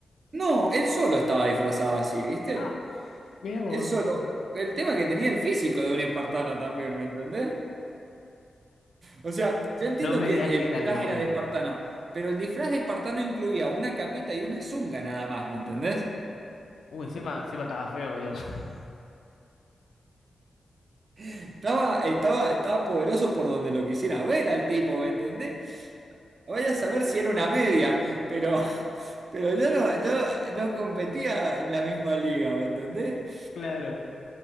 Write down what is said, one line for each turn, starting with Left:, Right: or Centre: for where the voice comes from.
Right: No, él solo estaba disfrazado así, ¿viste?
Left: Ah, mira vos,
Right: Él solo.
Left: o sea,
Right: El tema que tenía el físico de un espartano también, ¿me entendés? O sea, yo entiendo
Left: no me
Right: que
Left: digas
Right: el
Left: que era
Right: disfraz
Left: el novio.
Right: era de espartano, pero el disfraz de espartano incluía una capita y una zunga nada más, ¿me entendés?
Left: Uy, encima, encima estaba feo, digamos. <laughs>
Right: Estaba, estaba, estaba poderoso por donde lo quisiera ver al tipo, ¿me entendés? Vaya a saber si era una media, pero, pero yo no, yo no competía en la misma liga, ¿me entendés?
Left: Claro,